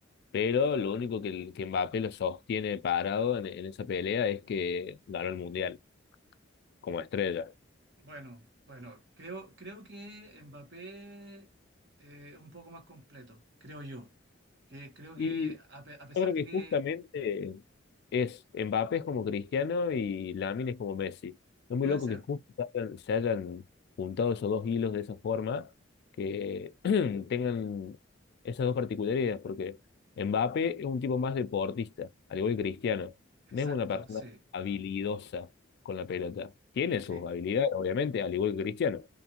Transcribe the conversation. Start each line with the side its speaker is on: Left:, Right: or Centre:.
Left: Pero lo único que, que Mbappé lo sostiene parado en, en esa pelea es que ganó el Mundial como estrella.
Right: Bueno, bueno, creo, creo que Mbappé eh, es un poco más completo, creo yo. Que, creo que
Left: Y Yo
Right: a, pe- a pesar
Left: creo
Right: de
Left: que
Right: que
Left: justamente es Mbappé es como Cristiano y Lamine es como Messi. Es
Right: puede
Left: muy loco
Right: ser,
Left: que justo se hayan, se hayan juntado esos dos hilos de esa forma, que <clears throat> tengan esas dos particularidades, porque Mbappé es un tipo más deportista, al igual que Cristiano.
Right: exacto,
Left: No es una persona
Right: sí,
Left: habilidosa con la pelota. Tiene
Right: sí.
Left: sus habilidades, obviamente, al igual que Cristiano,